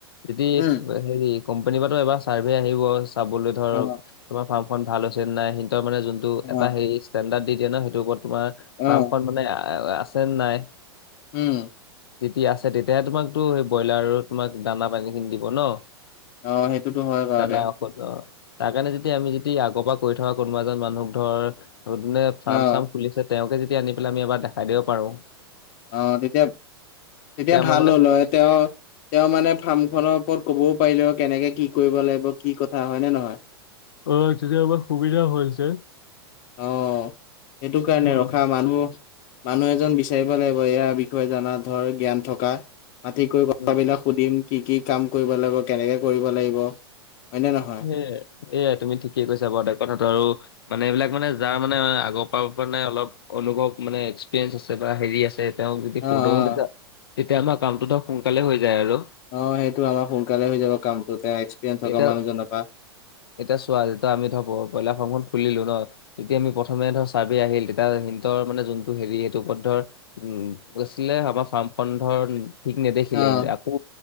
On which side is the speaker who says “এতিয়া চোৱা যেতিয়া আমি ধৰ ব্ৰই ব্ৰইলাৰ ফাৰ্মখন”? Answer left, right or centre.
Left